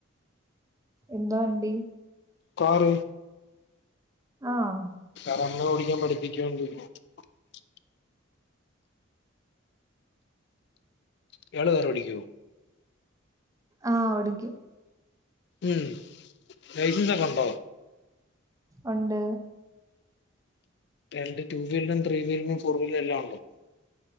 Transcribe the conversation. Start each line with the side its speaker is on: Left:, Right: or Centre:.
Right: എന്തോ വണ്ടി?
Left: കാറ്
Right: ആഹ്
Left: കള്ള് കുടിക്കാൻ പഠിപ്പിക്കോന്ന് <unintelligible> ഇയാള് കാറോടിക്കുവോ
Right: ആഹ് ഓടിക്കും
Left: ഉം ലൈസൻസൊക്കെ ഒണ്ടോ
Right: ഒണ്ട്
Left: രണ്ട് ടൂ വീലറും, ത്രീ വീലറും, ഫോർ വീലറും എല്ലാം ഉണ്ടോ?